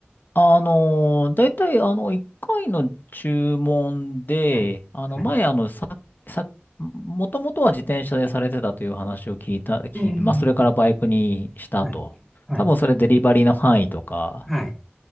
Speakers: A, on the left; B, in the centre.
A: あのー、だいたいあの、1回の注文で、
B: はい。
A: あの、
B: はい。
A: 前、あの、さ、さ、もともとは自転車でされてたという話を聞いた、聞いて、
B: ええ
A: まあ、それからバイクにしたと。
B: はい。はい。
A: 多分それデリバリーの範囲とか
B: はい。